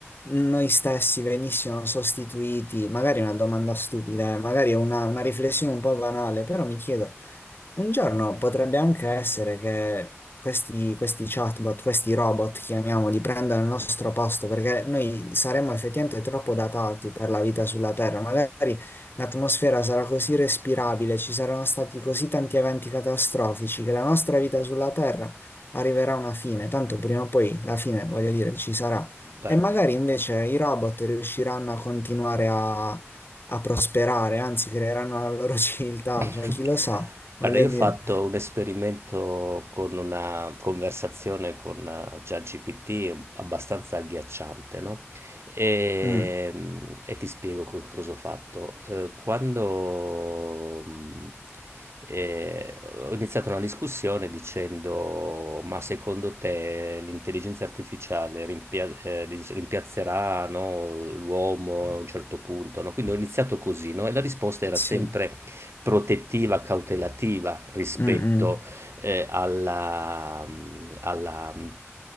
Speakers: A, on the left; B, on the right.
A: noi stessi venissimo sostituiti, magari è una domanda stupida, eh, magari è una, una riflessione un po' banale, però mi chiedo, un giorno potrebbe anche essere che questi, questi chatbot, questi robot, chiamiamoli, prendano il nostro posto, perché noi saremmo effettivamente troppo datati per la vita sulla Terra, magari L'atmosfera sarà così respirabile, ci saranno stati così tanti eventi catastrofici che la nostra vita sulla Terra arriverà a una fine, tanto prima o poi la fine, voglio dire, ci sarà.
B: guarda,
A: E magari invece i robot riusciranno a continuare a, a prosperare, anzi creeranno la loro <laughs> civiltà,
B: <laughs>
A: cioè chi lo sa, voglio
B: Guarda, io
A: dire.
B: ho fatto un esperimento con una conversazione con eh, ChatGPT abbastanza agghiacciante, no? E,
A: Mm,
B: mm, e ti spiego co- cosa ho fatto. Eh, Quando mm, eh, ho iniziato una discussione dicendo: Ma secondo te l'intelligenza artificiale rimpia- eh, dice- rimpiazzerà, no, l'uomo a un certo punto, no? Quindi ho iniziato così, no? E la risposta era
A: sì,
B: sempre protettiva, cautelativa rispetto
A: Mm,
B: eh, alla, mm, alla, mm,